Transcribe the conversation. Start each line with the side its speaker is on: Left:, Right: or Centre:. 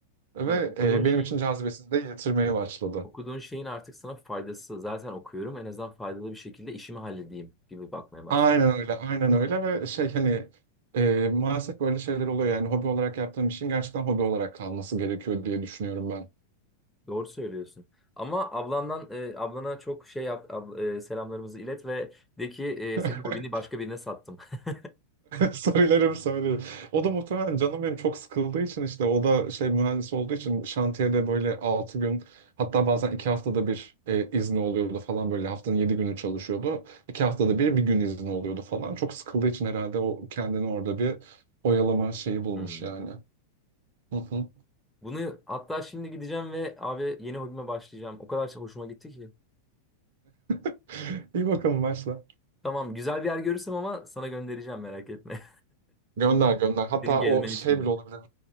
Right: Ve
Centre: Hı, Okuduğun
Right: e,
Centre: şeyin
Right: benim için cazibesini de yitirmeye başladı.
Centre: okuduğun şeyin artık sana faydası. Zaten okuyorum. En azından faydalı bir şekilde işimi halledeyim gibi bakmaya başladım.
Right: Aynen öyle, aynen öyle ve şey hani e, maalesef böyle şeyler oluyor yani hobi olarak yaptığım işin gerçekten hobi olarak kalması gerekiyor diye düşünüyorum ben.
Centre: Doğru söylüyorsun. Ama ablandan e, ablana çok şey yap ab- e, selamlarımızı ilet ve de ki e,
Right: <laughs>
Centre: senin hobini başka birine sattım. <laughs>
Right: Söylerim söylerim. O da muhtemelen canım benim çok sıkıldığı için işte o da şey mühendis olduğu için şantiyede böyle 6 gün hatta bazen 2 haftada bir e, izni oluyordu falan böyle haftanın 7 günü çalışıyordu. 2 haftada bir bir gün izni oluyordu falan. Çok sıkıldığı için herhalde o kendini orada bir oyalama şeyi bulmuş
Centre: Hmm.
Right: yani. Hı hı.
Centre: Bunu hatta şimdi gideceğim ve abi yeni hobime başlayacağım. O kadar çok hoşuma gitti ki.
Right: <laughs> İyi bakalım başla.
Centre: Tamam güzel bir yer görürsem ama sana göndereceğim merak etme.
Right: Gönder gönder.
Centre: <laughs>
Right: Hatta
Centre: Senin gezmen
Right: o şey
Centre: için de.
Right: bile olabilir.